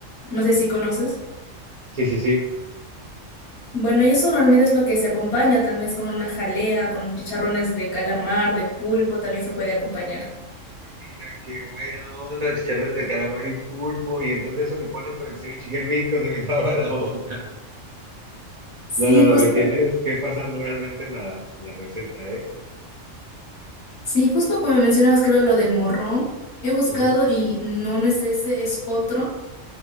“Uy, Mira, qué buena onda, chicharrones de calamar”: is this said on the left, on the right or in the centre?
Right